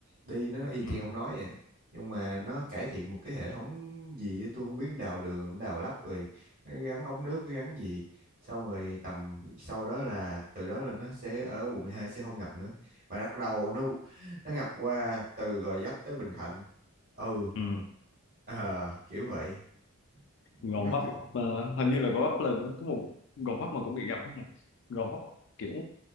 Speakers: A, on the right; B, on the left.
A: đi nó y chang
B: ừ
A: ông nói vậy nhưng mà nó cải thiện một cái hệ thống gì á, tôi không biết đào đường đào lắp rồi nó gắn ống nước gắn gì xong rồi tầm sau đó là từ đó là nó sẽ ở quận 12 sẽ không ngập nữa và bắt đầu nó nó ngập qua từ Gò Vấp tới Bình Thạnh ừ
B: ừ
A: ờ, kiểu vậy
B: Gò
A: nó
B: vấp
A: cứ-
B: ờ, hình như là Gò vấp là có một Gò vấp mà cũng bị gặp đó rồi Gò vấp kiểu